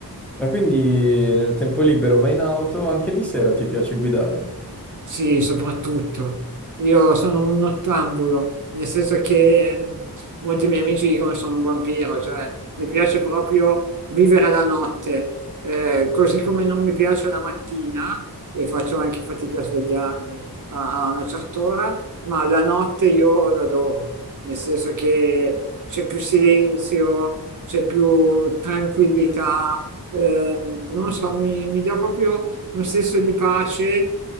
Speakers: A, in the centre; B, on the right.
A: Ma quindi nel tempo libero vai in auto, anche di sera ti piace guidare?
B: Sì, soprattutto. Io sono un nottambulo, nel senso che mh, molti miei amici dicono che sono un vampiro, cioè mi piace proprio vivere la notte, Eh, così come non mi piace la mattina e faccio anche fatica a svegliarmi a, a una certa ora, ma la notte io l'adoro, nel senso che c'è più silenzio, c'è più tranquillità, ehm, non lo so, mi, mi dà proprio un senso di pace